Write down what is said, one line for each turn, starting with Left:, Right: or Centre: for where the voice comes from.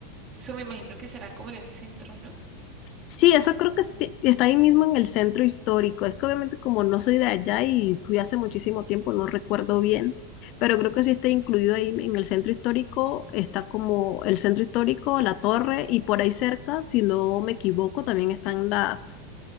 Right: Eso me imagino que será como en el centro, ¿no?
Left: Sí, eso creo que esti- está ahí mismo en el centro histórico. Es que obviamente como no soy de allá y fui hace muchísimo tiempo, no recuerdo bien, pero creo que sí está incluido ahí en el centro histórico. Está como el centro histórico, la torre y por ahí cerca, si no me equivoco, también están las,